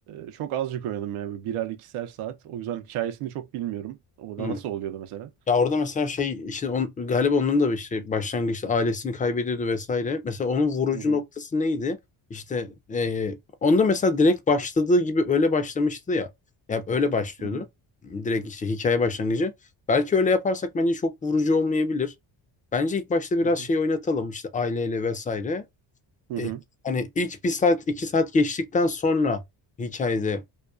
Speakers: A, on the right; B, on the left.
A: e, çok azıcık oynadım yani. Birer ikişer saat. O yüzden hikayesini çok bilmiyorum. Orada
B: Hı.
A: nasıl oluyordu mesela?
B: Ya orada mesela şey işte on, galiba onun da bir şey başlangıçta ailesini kaybediyordu vesaire. Mesela onun vurucu
A: Hı hı.
B: noktası neydi? İşte eee, onda mesela direkt başladığı gibi öyle başlamıştı ya. Ya öyle başlıyordu.
A: Hı hı.
B: Direkt işte hikaye başlangıcı. Belki öyle yaparsak bence çok vurucu olmayabilir. Bence ilk başta biraz
A: Hı hı.
B: şey oynatalım işte aileyle vesaire.
A: Hı
B: E,
A: hı.
B: hani ilk bir saat iki saat geçtikten sonra hikayede